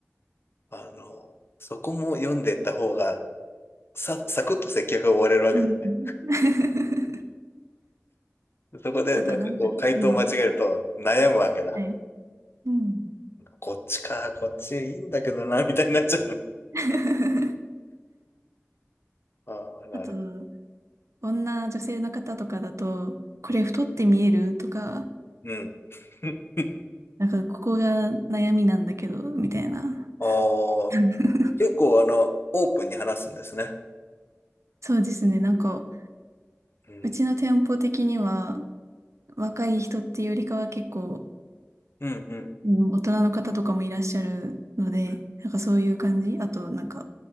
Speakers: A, on the left; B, on the right.
A: あの、そこも読んでいった方が、さ、サクッと接客が終われるわけですね。
B: うん。<laughs>
A: そこで、
B: あと、
A: なんかこう、
B: なんだろう。
A: 回答を間違えると悩むわけだ。
B: うん。はい。うん。
A: こっちか、こっちいいんだけどな、みたいになっちゃうの。
B: <laughs>
A: ああ、なるほど。
B: あと、女、女性の方とかだと、これ太って見えるとか、
A: うん。うん。<laughs>
B: なんかここが悩みなんだけど、みたいな。
A: あ
B: <laughs>
A: あ、結構あの、オープンに話すんですね。
B: そうですね。なんか、
A: うん。
B: うちの店舗的には、若い人っていうよりかは結構、
A: うん、うん。
B: うん、大人の方とかもいらっしゃるので、
A: うん
B: なんかそういう感じ。あと、なんか、